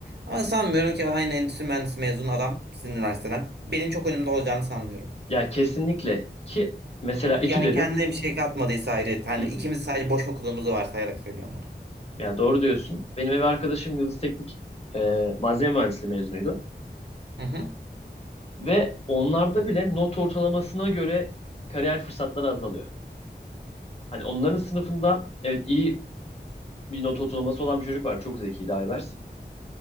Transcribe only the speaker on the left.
hı hı.
Ya kesinlikle ki mesela etü
dedin.
Hı hı.
Ya doğru diyorsun. Benim ev arkadaşım Yıldız Teknik e, malzeme mühendisliği mezunuydu.
Ve onlarda bile not ortalamasına göre kariyer fırsatları azalıyor. Hani onların sınıfında evet iyi bir not ortalaması olan bir çocuk var. Çok zekiydi Aybers.